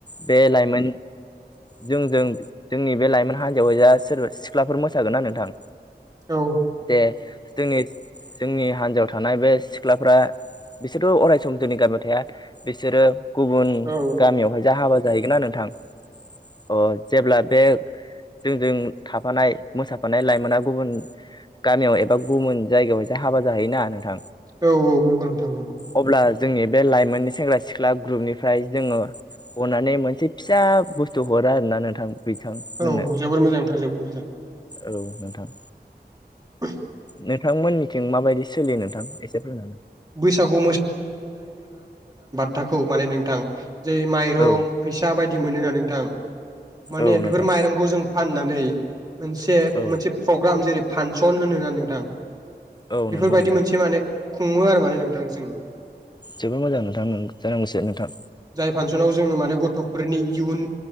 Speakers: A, on the left; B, on the right.
A: बे लाइमोन जोंजों जोंनि बे लाइमोन हान्जायावहाय जा सोरबा सिख्लाफोर मोसागोना नोंथां
B: औ
A: <unintelligible> जोंनि जोंनि हान्जायाव थानाय बे सिख्लाफ्रा बिसोरथ' अरायस जोंनि गामियाव थाया बिसोरो गुबुन
B: औ
A: गामियावहाय जा हाबा जाहैगोना नोंथां अ जेब्ला बे जोंजों थाफानाय मोसाफानाय लाइमोना गुबुन गामियाव एबा गुबुन जायगायावहायसो हाबा जाहैयोना नोंथां
B: औ औ नंगौ नोंथां
A: अब्ला जोंनि बे लाइमोननि सेंग्रा सिख्ला ग्रुपनिफ्राय जोङो अनानै मोनसे फिसा बुस्थु हरा आर ना नोंथां बिथांमोननो
B: औ जोबोर मोजां नोंथां जोबोर मोजां
A: औ नोंथां
B: ब
A: नोंथांमोननिथिं माबायदि सोलियो नोंथां एसे बुंनानै
B: बैसागु खोथाखौ माने नोंथां जेर माइरं
A: औ
B: फैसा बायदि मोनो ना नोंथां माने
A: औ नोंथां
B: बेफोर माइरंखौ जों फाननानै मोनसे
A: औ
B: मोनसे प्रग्राम जेरै फानसन होनोना नोंथां
A: औ
B: बेफोरबायदि
A: नंगौ नोंथां
B: मोनसे माने सुङो आरो माने नोंथांजोंों
A: जोबोर मोजां नोंथांमोन जानांगौस नोंथां
B: जाय फांसनाव जोङो माने गथ'फोरनिुन